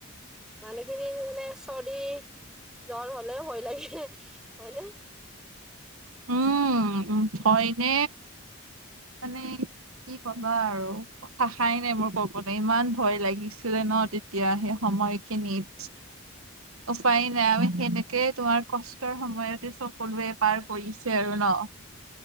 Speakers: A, in the centre; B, on the right.
A: মানুহখিনি মানে চৰ্দি জ্বৰ হলেও ভয় লাগে হয় নে।
B: উম উম হয় নে, মানে। কি কবা আৰু। ভাষাই নাই মোৰ ক'বলে ইমান ভয় লাগিছিলে ন তেতিয়া সেই সময়খিনিত।
A: <inaudible>
B: উপায় নাই আমি সেনেকে তোমাৰ কষ্টৰ সময়তে চপ কৰোৱে পাৰ। কৰিছে আৰু ন।